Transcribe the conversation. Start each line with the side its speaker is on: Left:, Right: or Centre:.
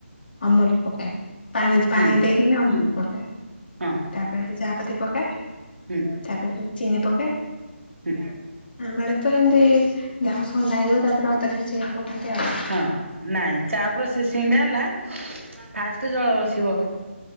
Left: ଅମୁଲ ପକାଏ ପାଣି
Right: ହୁଁ
Left: ପାଣି ଦେଇକିନି ଅମୁଲ
Right: ହୁଁ
Left: ପକାଏ।
Right: ହଁ।
Left: ତାପରେ ସେ ଚାହାପତି ପକାଏ
Right: ହୁଁ
Left: ତାପରେ ଚିନି ପକାଏ।
Right: ହୁଁ
Left: ଆମ ଆଡେ ତ ଏମିତି ଯାହାକୁ ଥଣ୍ଡା ହେଇ ଥିବ ତାପରେ ଅଦା ଛେଚିକି ପକାନ୍ତି ଆଉ ‌।
Right: ହଁ ନାଇଁ ଚା ପ୍ରୋସେସିଙ୍ଗ ଟା ହେଲା ଫାଷ୍ଟ ଜଳ ବସିବ।